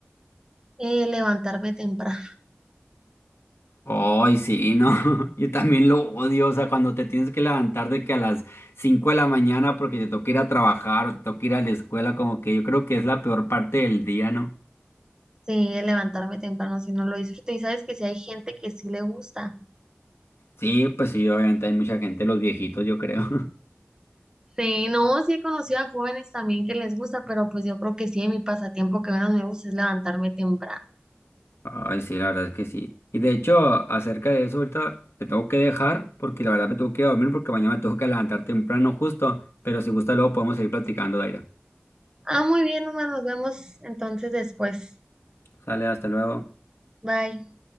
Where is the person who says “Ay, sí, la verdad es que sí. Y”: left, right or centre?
Left